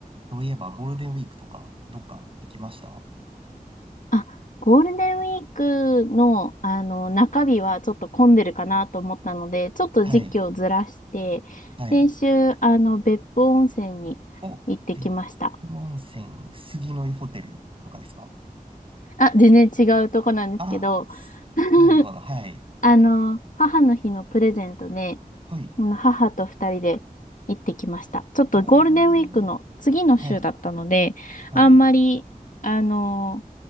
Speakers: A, on the right; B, on the left.
A: とういえば、ゴールデンウィークとか、どっか行きました
B: あ、ゴールデンウィークの、あの、中日はちょっと混んでるかなと思ったので、ちょっと時期をずらして、
A: はい。はい。
B: 先週、あの、別府温泉に行ってきました。
A: お、別府温泉、杉の湯ホテルとかですか
B: あ、全然違うとこなんですけど、
A: あ、
B: <laughs>
A: なるほど。はい。
B: あの、母の日のプレゼントで、
A: はい。
B: あの母と二人で行ってきました。ちょっとゴールデンウィークの次の週だったので、
A: おー。はい。はい。
B: あんまり、あの、